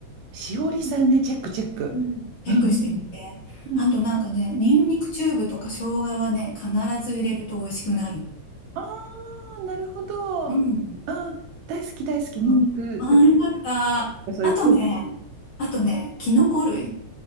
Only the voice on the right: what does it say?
しおりさんね、チェック、チェック。
うん、うん、うん。
うんうん
ああ、なるほど。
ああ、
大好き大好き、ニンニク。
う
んそういう、
こう。